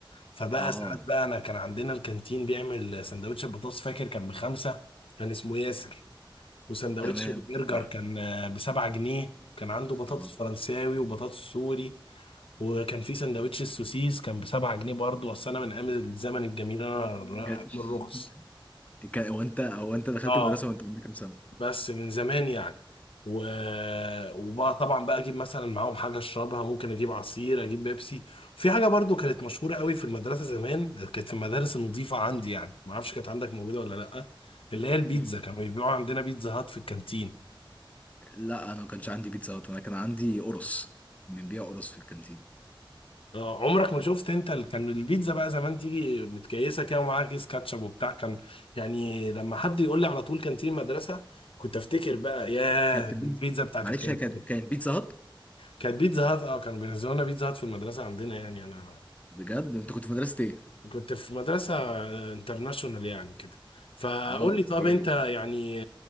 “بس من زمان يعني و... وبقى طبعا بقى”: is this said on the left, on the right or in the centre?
Left